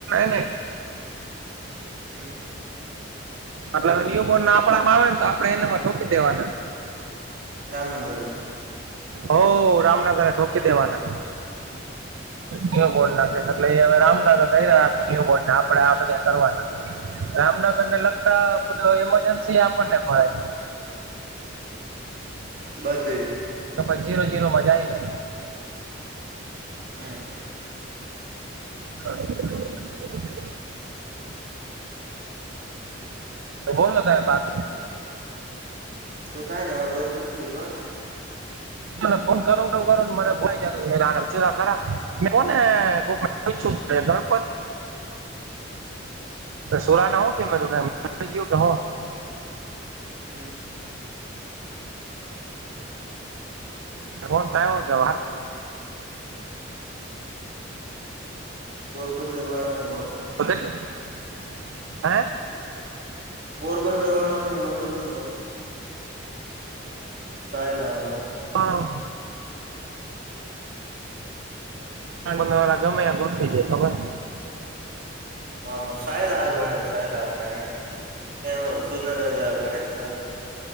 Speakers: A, on the right (about 80°); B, on the right (about 45°).
A: ન ન
B: હમ
A: મતલ ન્યુ બોર્ન ના આપણામાં આવે ને તો આપણેે એને માં ઠોકી દેવાના
B: રામનગરમાં
A: હો રામનગર ઠોકી દેવાના
B: હમ
A: ન્યૂ બોર્ન ના કેસ એટલે એ હવે રામનગર કહી રહ્યા કે ન્યુ બોર્નને આપડે આ બધા કરવાના રામનગર ને લગતા બધા ઈમરજન્સી આપણને ભાય
B: બધે
A: તો જીરો જીરો મજા આઈ લે
B: હમ
A: <inaudible> બોલલો ત બાત
B: તો કઈ ને હવે બસ ઉપડી તોને
A: ત ફોન કરો મ કોનેણતિ સોરા ના હો કે કે
B: હા
A: થ
B: પોરબંદર વાડા હો
A: તો કેટલી હે
B: પોરબંદર વાળાઓની હોટલ હતો સાયલા આગળ
A: હા દર વાળ ગમે્યા ગોઠવી દે ખબર
B: હા સાહેલ આગળ સાહેલ આપડે સુંરેનગરગળે સર